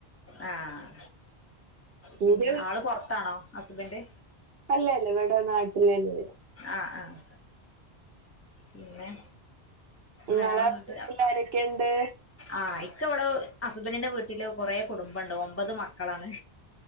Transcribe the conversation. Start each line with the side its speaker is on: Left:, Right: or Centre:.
Left: ആഹ് പിന്നെ
Right: ഇന്റെ വീ
Left: ആള് പുറത്താണോ ഹസ്ബൻഡ്
Right: അല്ലല്ല ഇവിടെ നാട്ടിൽ തന്നെയാ
Left: ആഹ് ആഹ് പിന്നെ
Right: നിങ്ങളെ
Left: വേറെന്നിട്ട്
Right: വീട്ടിലാരൊക്കെയുണ്ട്
Left: ആഹ് ഇക്ക് ഇവിടെ ഹസ്ബന്റിന്റെ വീട്ടില് കുറെ കുടുംബണ്ട് ഒമ്പത് മക്കളാണ്